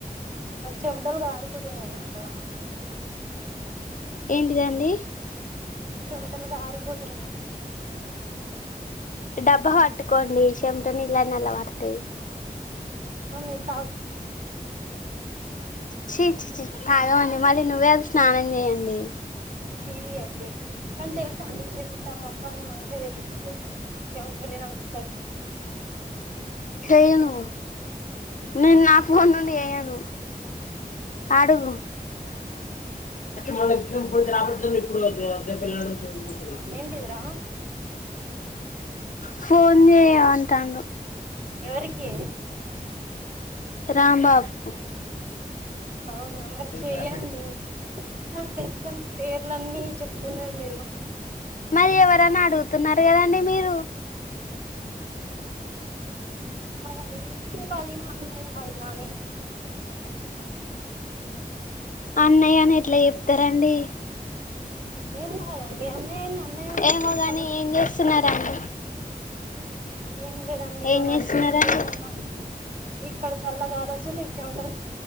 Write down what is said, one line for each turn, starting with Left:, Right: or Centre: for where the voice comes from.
Right: నాకు చెమటలు కారిపోతున్నాయండి ఇక్కడ
Left: ఏంటిదండి
Right: చెమటలు కారిపోతున్నయ్
Left: డబ్బా పట్టుకోండి చెంట నీలా అన్ని అందులో పడొతాయ్
Right: ఆమిత
Left: చి చి మళ్ళీ నువ్వే అది స్నానం చేయండి.
Right: చెయ్ అబే కానీ తెలుసా అండి. చెమట మొక్కాన్ని మంచిగ చేసేస్తాది తెలుసా చెమటలేనాకు
Left: చెయ్యి నువ్వు నేను నా ఫోన్ నుండి చేయను అడుగు మళ్ళ రాబడుతు ఇప్పుడు దేబాలు <inaudible>
Right: ఏంటిదిరా
Left: ఫోన్ చెయ్యిమంటాండు
Right: ఎవరికి
Left: రాంబాబు
Right: అవునా మరి
Left: నేను
Right: చెయండి
Left: భయపెడతా
Right: మనకెందుకండి పేర్ లన్ని చెప్తున్నారు మీరు
Left: మరి ఎవరని అడుగుతున్నారు కదండి మీరు
Right: కాదండి చెప్పాలి మా అన్నయ్య వా ఇలా అని
Left: అన్నయ్య అని ఎట్లా చెప్తరండి
Right: ఏం కాదండి అన్నయ్య అన్నయ్య అని చెప్పుకోవాలి
Left: ఏమోగాని
Right: తవ్వుతుంది
Left: ఏం చేస్తున్నారండి
Right: ఏం లేదండి ఇగో
Left: ఏం
Right: నడుస్తుని
Left: చేస్తున్నారండి
Right: ఉన్నాను ఇక్కడ చల్లగాలి వస్తు నారచ